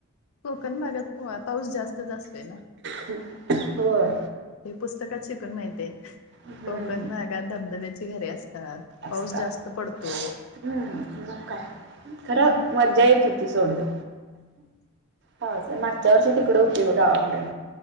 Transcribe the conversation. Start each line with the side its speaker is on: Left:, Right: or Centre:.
Left: कोकण भागात पो पाऊस जास्तच असतोय ना?
Right: होय.
Left: ते पुस्तकात शिकून माहिते
Right: हम्म
Left: कोकण भागात धब द्वयाचा घरे असतात पाऊस
Right: असतात
Left: जास्त पडतो
Right: हम्म मग काय खरं
Left: हम्म.
Right: मजा येत होत ती सोड दे, मागच्या वर्षी तिकडे होते गावाकडे.